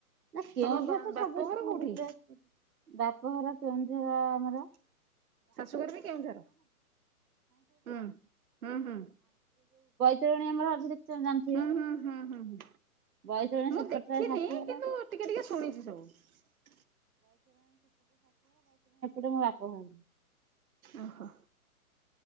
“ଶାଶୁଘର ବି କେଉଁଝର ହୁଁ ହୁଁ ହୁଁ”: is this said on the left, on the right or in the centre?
Right